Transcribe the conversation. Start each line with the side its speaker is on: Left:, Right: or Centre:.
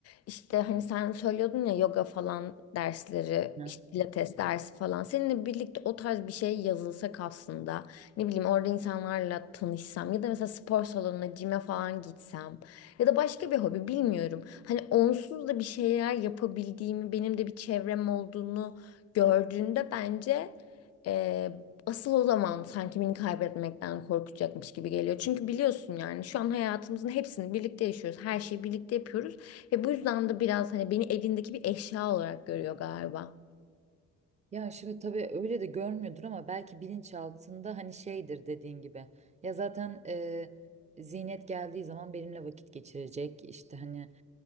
Left: işte hani sen söylüyordun ya yoga falan dersleri
Right: Hı.
Left: işte pilates dersi falan. Seninle birlikte o tarz bir şey yazılsak aslında ne bileyim orada insanlarla tanışsam ya da mesela spor salonuna cime falan gitsem. Ya da başka bir hobi bilmiyorum. Hani onsuz da bir şeyler yapabildiğimi, benim de bir çevrem olduğunu gördüğünde bence e, asıl o zaman sanki beni kaybetmekten korkacakmış gibi geliyor. Çünkü biliyorsun yani şu an hayatımızın hepsini birlikte yaşıyoruz. Her şeyi birlikte yapıyoruz. Ve bu yüzden de biraz hani beni evindeki bir eşya olarak görüyor galiba.
Right: Ya şimdi tabii öyle de görmüyordur ama belki bilinçaltında hani şeydir dediğin gibi. Ya zaten e, Zinet geldiği zaman benimle vakit geçirecek işte hani